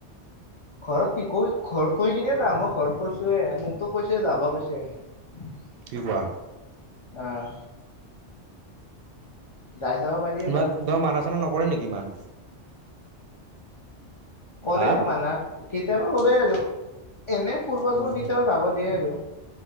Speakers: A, on the left; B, on the right.
A: ঘৰত কি কৈ ঘৰত কৈ কিনে যাম, মই ঘৰত কৈছোৱে মোকতো কৈছোৱে যাব কৈছে। <unintelligible>
B: কি কোৱা?
A: আহ যাই চাব পাৰি।
B: তোমাক
A: এবাৰ
B: কিবা মানা -চানা নকৰে নেকি ইমান?
A: কৰে
B: হা
A: মানা, কেতিয়াবা কৰে আৰু এনে ফুৰব
B: উম
A: যাব কেতিয়াবা যাব দিয়ে আৰু।